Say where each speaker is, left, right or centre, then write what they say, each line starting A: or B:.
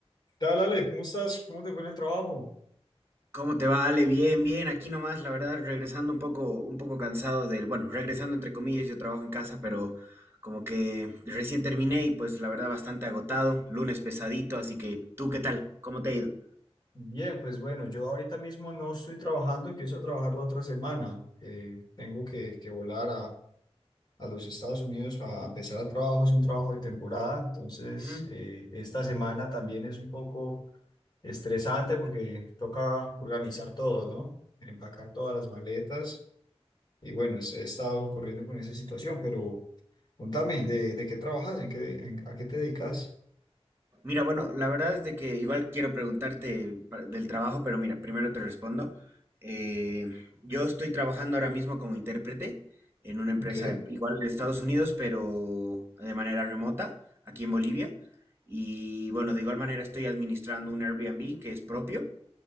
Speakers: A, on the left; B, on the right.
A: ¿Qué tal, Ale? ¿Cómo estás? ¿Cómo te fue en el trabajo?
B: ¿Cómo te va, Ale? Bien, bien. Aquí nomás, la verdad, regresando un poco, un poco cansado del, bueno, regresando entre comillas, yo trabajo en casa, pero como que recién terminé y pues la verdad bastante agotado, lunes pesadito, así que, ¿tú qué tal? ¿Cómo te ha ido?
A: Bien, pues bueno, yo ahorita mismo no estoy trabajando, empiezo a trabajar la otra semana. Eh, tengo que, que volar a, a los Estados Unidos a, a empezar el trabajo, es un trabajo de temporada, entonces
B: Ujú.
A: eh, esta semana también es un poco estresante porque toca organizar todo, ¿no? Empacar todas las maletas y bueno, es- he estado corriendo con esa situación, pero contame, ¿de, de qué trabajas? ¿En qué, en- a qué te dedicas?
B: Mira, bueno, la verdad es de que igual quiero preguntarte pa- del trabajo, pero mira, primero te respondo. Eh, yo estoy trabajando ahora mismo como intérprete en una empresa
A: Ok,
B: igual de Estados Unidos, pero de manera remota, aquí en Bolivia. Y bueno, de igual manera estoy administrando un Airbnb que es propio.